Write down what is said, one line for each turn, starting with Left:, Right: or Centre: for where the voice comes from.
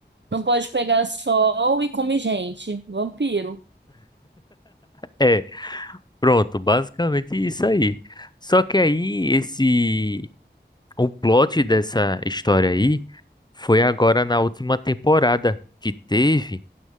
Right: Não pode pegar sol e comer gente. Vampiro.
Left: É, pronto, basicamente isso aí. Só que aí esse o plot dessa história aí foi agora na última temporada que teve.